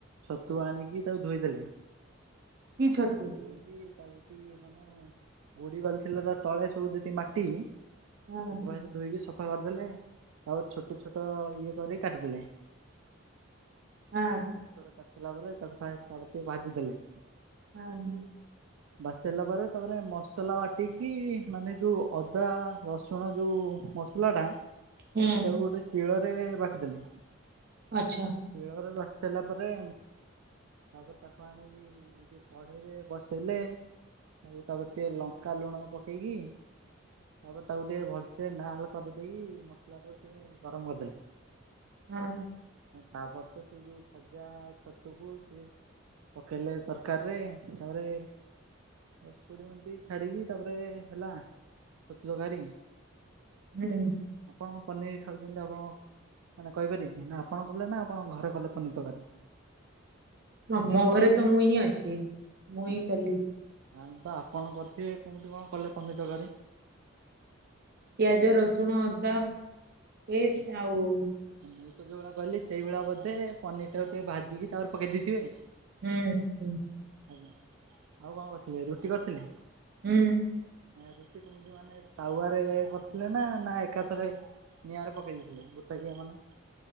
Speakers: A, on the right; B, on the right.
A: ଛତୁ ଆଣିକି ତାକୁ ଧୋଇଦେଲେ।
B: କି ଛତୁ
A: ଧୋଇକି ତା ଯଦି ମାନେ ଗୋଡି ବାଲି ଥିଲା ତା ତଳେ ସବୁ ଯେତିକି ମାଟି
B: ହଁ
A: ତାକୁ ଫାଷ୍ଟ ଧୋଇକି ସ ସଫା କରିଦେଲେ। ତାକୁ ଛୋଟ ଛୋଟ ଇଏ କରିିକି କାଟିଦେଲେ। ଛୋଟ
B: ହଁ
A: ଛୋଟ କାଟି ଦେଲା ପରେ ତାକୁ ଫାଷ୍ଟ୍ ତାପରେ ଟିକେ ଭାଜିଦେଲେ।
B: ହୁଁ ହୁଁ।
A: ଭାଜି ସାରିଲା ପରେ ତାପରେ ମସଲା ବାଟିକି ମାନେ ଯୋଉ ଅଦା ରସୁଣ ଯୋଉ ମସ ଲା ଟା
B: ହୁଁ
A: ସେଟାକୁ ଗୋଟେ ଶିଳରେ ବାଟି ଦେଲେ। ଶିଳରେ
B: ଆଚ୍ଛା
A: ବାଟି ସାରିଲା ପରେ ତାପରେ ତାକୁ ଆଣିକି ଯୋଉ କଢେଇରେ ବସେଇଲେ। ତାକୁ ତାପରେ ଟିକେ ଲଙ୍କା ଲୁଣ ପକେଇକି ତାପରେ ତାକୁ ଟିକେ ଭଲସେ ନାଲ କରିଦେଇକି ମସଲା ଟାକୁ ଟିକେ ଗରମ କରିଦେଲେ।
B: ହଁ।
A: ତାପରେ ତ ସେଇ ଯୋଉ ଭଜା ଛତୁକୁ ସେ ପକେଇଲେ ତରକାରି ରେ ତାପରେ। ଦଶ କୋଡିଏ ମିନିଟ ଛାଡିକି ତାପରେ ହେଲା ଛତୁ ତକାରୀ।
B: ହୁଁ।
A: ଆପଣ ପନିର ଖାଉଛନ୍ତି ଆପଣ। ମାନେ କହିପାରି ବେ କି ନା ଆପଣ କଲେ ନା ଆପଣଙ୍କ ଘରେ କଲେ ପନୀର ତକାରି।
B: ମ ମୋ ଘରେ ତ ମୁଁ ହିଁ ଅଛି ମୁଁ
A: ଆଜ୍ଞା
B: ହିଁ କଲି।
A: ତାହେଲେ ତ ଆପଣ କରିଥିବେ କେମିତି କଣ କଲେ ପନିରି ତକାରୀ।
B: ପିଆଜ ରସୁଣ ଅଦା ପେଷ୍ଟ
A: ଆଜ୍ଞା
B: ଆଉ।
A: ମୁଁ ତ ଯୋଉ ଭଳିଆ କହିଲି ସେଇ ଭଳିଆ ବୋଧେ ପନିର ଟାକୁ ଟିକେ ଭାଜିକି ତାପରେ ପକେଇ ଦେଇଥିବେ।
B: ହୁଁ ହୁଁ।
A: ଆଜ୍ଞା ଆଉ କଣ କରିଥିଲେ ରୁଟି କରିଥିଲେ।
B: ହୁଁ।
A: ରୁଟି କମତି ମାନେ ତାୱା ରେ କରିଥିଲେ ନା ନା ଏକାଥରେ ନିଆଁରେ ପକେଇ। ଦେଇଥିଲେ ଗୋଟାକିଆ ମାନେ